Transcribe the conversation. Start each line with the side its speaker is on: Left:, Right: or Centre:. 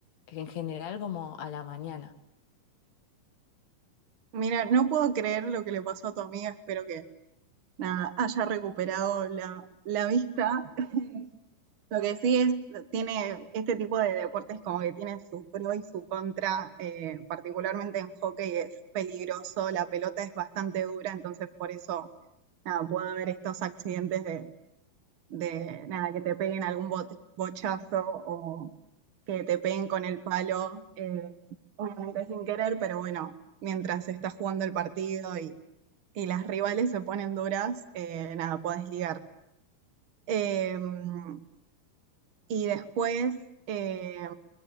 Left: en general como a la mañana.
Right: Mira, no puedo creer lo que le pasó a tu amiga, espero que nada, haya recuperado la, la vista. <laughs> Lo que sí es, tiene este tipo de deportes como que tiene su pro y su contra, eh, particularmente en hockey es peligroso, la pelota es bastante dura, entonces por eso nada, puede haber estos accidentes de, de nada, que te peguen algún bot- bochazo o que te peguen con el palo, eh, obviamente sin querer, pero bueno, mientras se está jugando el partido y, y las rivales se ponen duras, eh, nada, puedes ligar. Em, y después, eh,